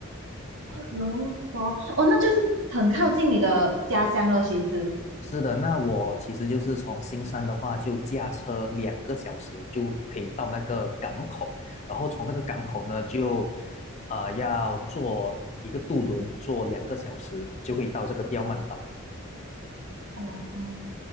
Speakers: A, on the right; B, on the left.
A: 柔佛，哦，那就是很靠近你的家乡了，其实。
B: 是的，那我其实就是从新山的话，就驾车两个小时就可以到那个港口，然后从那个港口呢，就呃要坐一个渡轮，坐两个小时就会到这个刁曼岛。
A: 哦，